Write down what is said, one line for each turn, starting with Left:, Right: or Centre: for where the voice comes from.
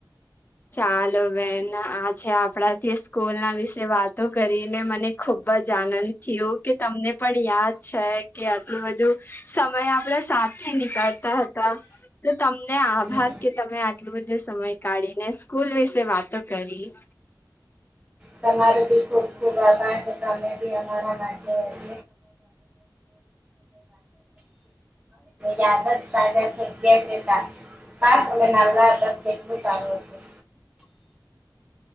Left: ચાલો બેન આ છે આપણા થી સ્કૂલ ના વિશે વાતો કરીને મને ને ખુબ જ આનંદ થયું કે તમને પણ યાદ છે કે આટલું બધું સમય આપડા સાથે નીકળતા હતા તો તમને આભાર
Right: હમ
Left: કે તમે આટલોું બધો સમય કાઢીને સ્કૂલ વિશે વાતો કરી
Right: તમારો બી ખુબ ખુબ આભાર છે તમે બી અમારા માટે રી યાદગ્યા કટલું સારું હતું
Left: <inaudible>